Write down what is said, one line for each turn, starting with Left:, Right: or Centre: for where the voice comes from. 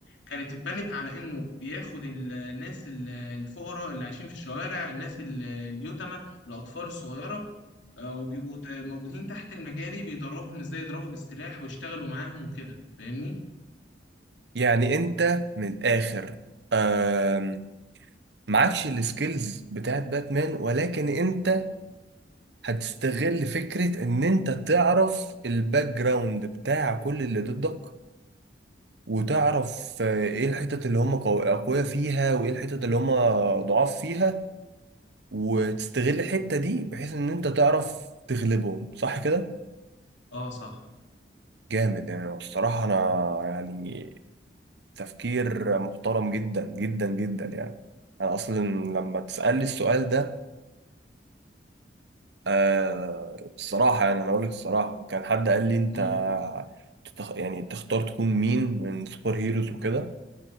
Left: كانت اتبنت على انه بياخد ال- الناس ال- الفقراء اللي عايشين في الشوارع الناس ال- اليتامى الاطفال الصغيره آه، وبيبقوا ت- موجودين تحت المجاري بيدربهم ازاي يضربوا بالسلاح ويشتغلوا معاهم وكده فاهمني
Right: يعني انت من الاخر آم، معكش السكيلز بتاعت باتمان ولكن انت هتستغل فكرة ان انت تعرف الباك جراوند بتاع كل اللي ضدك وتعرف آه، ايه الحتت اللي هم قو- اقوياء فيها وايه الحتت اللي هم ضعاف فيها وتستغل الحتة دي بحيث ان انت تعرف تغلبهم صح كده
Left: اه صح
Right: جامد يعني الصراحة انا يعني تفكير محترم جدا جدا جدا يعني انا اصلا لما تسألني السؤال ده آه الصراحة يعني انا اقول لك الصراحة كان حد قال لي انت
Left: امم
Right: تتخ... يعني تختار تكون مين من سوبر هيروز وكده